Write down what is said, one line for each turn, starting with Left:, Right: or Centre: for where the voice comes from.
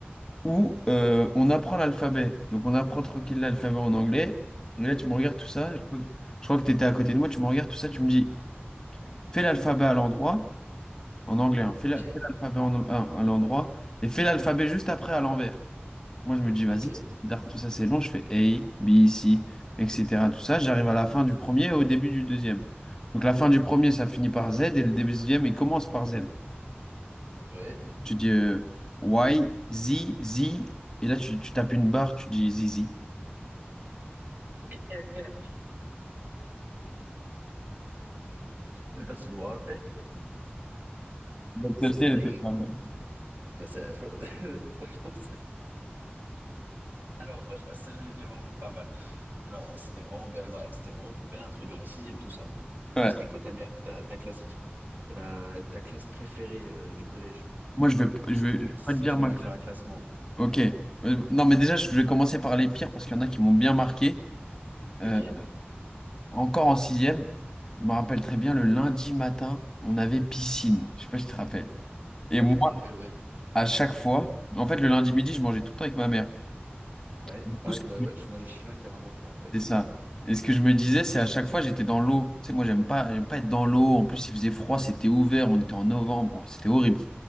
Left: où euh, on apprend l'alphabet. Donc on apprend tranquille l'alphabet en anglais. Et là, tu me regardes tout ça. Je, crois que je crois que tu étais à côté de moi. Tu me regardes tout ça. Tu me dis, fais l'alphabet à l'endroit, en anglais. hein. fais
Right: Ok,
Left: la- fais l'alphabet en- à, à l'endroit et fais l'alphabet juste après à l'envers. Moi, je me dis, vas-y,
Right: ok,
Left: c'est bizarre, tout ça, c'est long. Je fais A, B, C, etc. Tout ça. J'arrive à la fin du premier et au début du deuxième. Donc la fin du premier, ça finit par Z et le début du deuxième, il commence par Z.
Right: ouais.
Left: Tu dis euh, Y, Z, Z. Et là, tu, tu tapes une barre, tu dis Z, Z.
Right: <laughs> Merci de me rappeler.
Left: Donc,
Right: Ça
Left: celle-ci,
Right: se
Left: elle
Right: dit.
Left: était pas bonne.
Right: Bah, ça- fr- <laughs> franchement, ça- Alors, franchement, celle-là était vraiment pas mal. Alors, c'était vraiment bien marré. C'était vraiment pour bien introduire la sixième, tout ça.
Left: Ouais.
Right: Toi, c'était quoi ta, mère- ta, ta classe? Ta, ta classe préférée euh, du collège,
Left: Moi, je vais, je
Right: si tu
Left: vais,
Right: devais,
Left: je vais
Right: si
Left: pas te dire
Right: tu devais
Left: ma classe.
Right: faire un classement.
Left: Ok. Euh, non, mais déjà, je vais commencer par les pires parce qu'il y en a qui m'ont bien marqué. Euh,
Right: Ok. Ouais,
Left: encore en sixième, je me rappelle très bien, le lundi matin, on avait piscine. Je sais pas si tu te rappelles. Et moi,
Right: je me rappelle, ouais.
Left: à chaque fois, en fait, le lundi midi, je mangeais tout le temps avec ma mère.
Right: Ouais,
Left: Du coup,
Right: ouais,
Left: ce
Right: je
Left: que-
Right: me- ouais, tu mangeais chinois avec ta maman, je me rappelle.
Left: c'est ça. Et ce que je me disais, c'est à chaque fois, j'étais dans l'eau. Tu sais, moi, j'aime pas, j'aime pas être dans l'eau. En plus, il faisait froid, c'était ouvert, on était en novembre, c'était horrible.